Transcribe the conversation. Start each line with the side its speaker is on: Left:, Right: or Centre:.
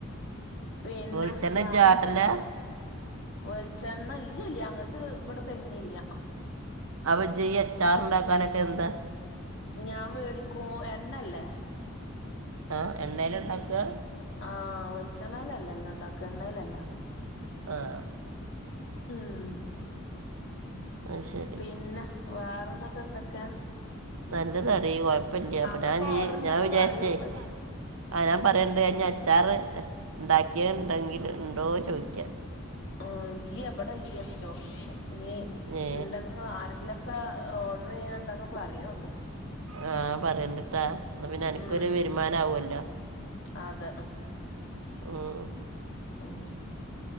Left: പിന്നെ
Right: വെളിച്ചെണ്ണ
Left: വാറെ
Right: ചാട്ടല്ലേ
Left: എന്തൊക്കെ വളിച്ചെണ്ണ ഇല്ലല്ല അങ്ങക്ക് ഇവിടെ തെങ്ങില്ല്യാ
Right: അവ ജ്യ അച്ചാറുണ്ടാക്കാനൊക്കെ എന്താ
Left: ഞാൻ വേടിക്കും എണ്ണല്ലേ
Right: ആഹ് എണ്ണയിലിണ്ടാക്ക
Left: ആഹ് വെളിച്ചെണ്ണഴിലല്ലല്ലോ ഇണ്ടാക്ക എണ്ണഴിലല്ല
Right: ആഹ്
Left: ഉം
Right: അത് ശരി
Left: പിന്നെ വാറേ ന്നട്ട് എന്തൊക്കെ
Right: നല്ലതാടി കൊഴപ്പല്ല അപ്പൊ
Left: അവിടൊക്കെ
Right: ഞാൻ നീ
Left: ഓർഡർ ഉണ്ടെങ്കി
Right: ഞാൻ വിചാരിച്ചേ
Left: പറയോണ്ട്
Right: ആ ഞാൻ പറയണ്ട് ഞ്ഞ അച്ചാറ് ഇണ്ടാക്കിയ ഇണ്ടെങ്കി ഉണ്ടോ ചോഴിക്ക
Left: ആഹ് ഇല്ല്യ വടെ ഇല്ല്യട്ടൊ ഞ്
Right: ഏ
Left: <unintelligible> ആരെങ്കിലൊ ക്ക ഓർഡർ ചെയ്യാൻ ണ്ടങ്ക് പറയോണ്ട്
Right: ആ പറയണ്ട്ട്ടാ പിന്നെ അൻക്കൊരു
Left: ഉം
Right: വരുമാനം
Left: ഉം
Right: ആവൊല്ലോ
Left: അതെ
Right: ഉം
Left: ഉം